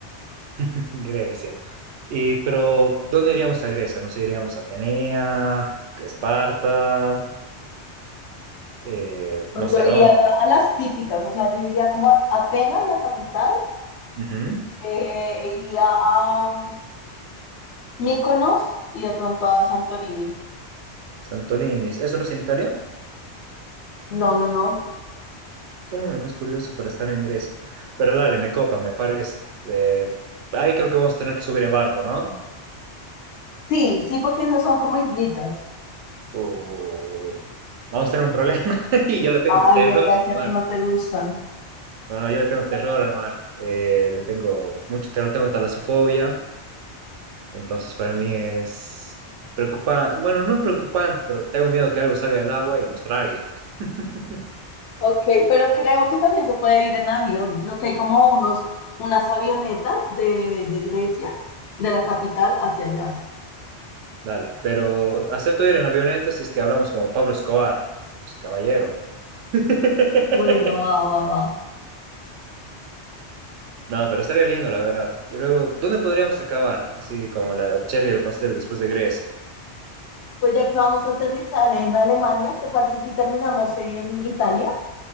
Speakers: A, on the right (about 85°); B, on the left (about 70°).
A: <laughs> Grecia. Y, pero, ¿dónde iríamos a Grecia? No sé, iríamos a Atenea, Esparta, eh,
B: Pues
A: no sé
B: yo
A: a
B: iría
A: dónde.
B: a, la- a las típicas, o sea, yo iría como a Atenas, la capital,
A: Ujú,
B: eh, e iría a, Mykonos y de pronto a Santorini.
A: Santolini's. ¿Eso no es en Italia?
B: No, no, no.
A: Qué nombre más curioso para estar en Grecia. Pero dale, me copa, me parece. Eh, ahí creo que vamos a tener que subir en barco, ¿no?
B: Sí, sí, porque esas son como islitas.
A: O vamos a tener un problema. <laughs> Y yo le tengo
B: Ay,
A: terror
B: ¿verdad
A: al
B: que a
A: mar.
B: ti no te gustan?
A: No, no, yo le tengo terror al mar. Eh, le tengo mucho terror, tengo talasofobia. Entonces para mí es preocupante. Bueno, no preocupante, pero tengo miedo que algo salga del agua y nos trague. <laughs>
B: Ok, pero creo que también se puede ir en avión. Creo que hay como unos, unas avionetas de, de Grecia, de la capital hacia allá.
A: Dale, pero acepto ir en avioneta si es que hablamos como Pablo Escobar. Pues caballero. <laughs>
B: Bueno, va, va, va.
A: No, pero estaría lindo, la verdad. Y luego, ¿dónde podríamos acabar? Así como la cherry y el pastel después de Grecia.
B: Pues ya que vamos a aterrizar en Alemania, ¿te parece si terminamos en Italia?